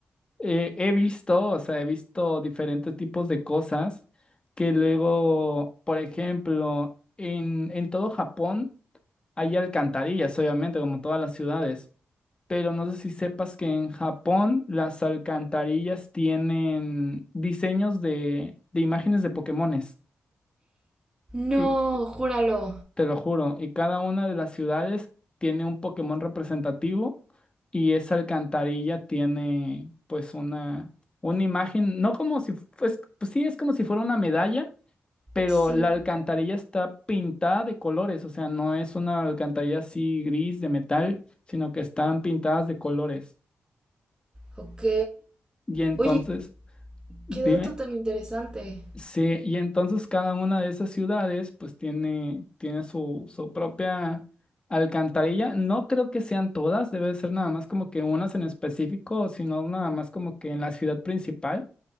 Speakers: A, on the left (about 25°); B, on the right (about 15°).
A: Eh, he visto, o sea, he visto diferentes tipos de cosas que luego, por ejemplo, en, en todo Japón hay alcantarillas, obviamente, como todas las ciudades. pero no sé si sepas que en Japón las alcantarillas tienen diseños de, de imágenes de Pokémones.
B: No,
A: Y
B: júralo.
A: te lo juro, y cada una de las ciudades tiene un Pokémon representativo y esa alcantarilla tiene pues una, una imagen, no como si, fu- pues, pues sí, es como si fuera una medalla. Pero
B: Sí.
A: la alcantarilla está pintada de colores, o sea, no es una alcantarilla así gris de metal, sino que están pintadas de colores.
B: Ok.
A: Y entonces,
B: Oye,
A: Dime.
B: qué dato tan interesante.
A: Sí, y entonces cada una de esas ciudades pues tiene, tiene su, su propia alcantarilla. No creo que sean todas, debe ser nada más como que unas en específico, sino nada más como que en la ciudad principal.